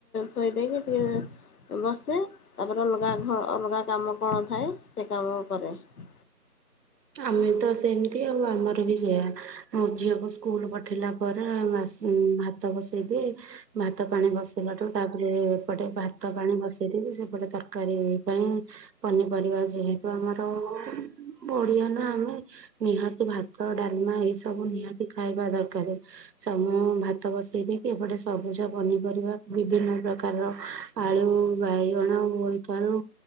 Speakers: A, on the left; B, on the right.
A: ଥୋଇ ଦେଇକି ଟିକେ । ବସେ ତାପରେ ଅଲଗା ଘ ଅଲଗା କାମ କଣ ଥାଏ ସେ କାମ କରେ ।
B: ହ ଆମେ ତ ସେମିତି ଆଉ ଆମର ବି ସେୟା ମୋ ଝିଅକୁ ସ୍କୁଲ ପଠେଇିଲା ପରେ । ଭାତ ବସେଇଦିଏ ଭାତ ପାଣି ବସେଇଲାଠୁ ତାପରେ ଏପଟେ ଭାତ ପାଣି ବସେଇ ସେପଟେ ତରକାରୀ ପାଇଁ ପନିପରିବା ଯେହେତୁ ଆମର । ବଢିଆ ନା ଆମେ ନିହାତି ଭାତ ଡାଲମା ଏଇ ସବୁ ନିହାତି ଖାଇବା ଦରକାର। କାର ସମୁ ଭାତ ବସେଇ ଦେଇକି ଏପଟେ ସବୁଜ ପନିପରିବା ବିଭିନ୍ନ ପ୍ରକାରର । ଆଳୁ ବାଇଗଣ ବୋଇତାଳୁ